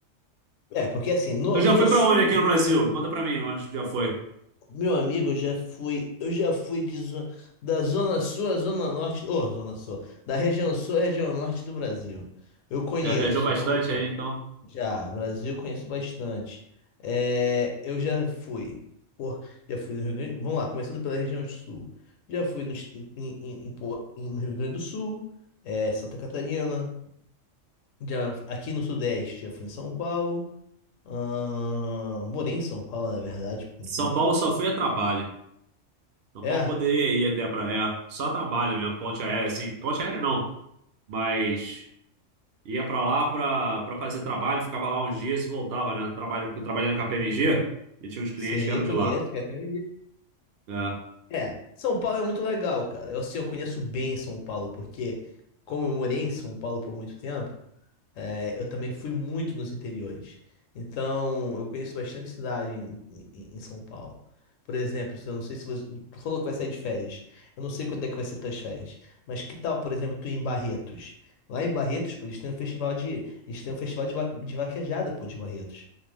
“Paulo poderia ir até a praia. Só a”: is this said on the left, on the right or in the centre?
Right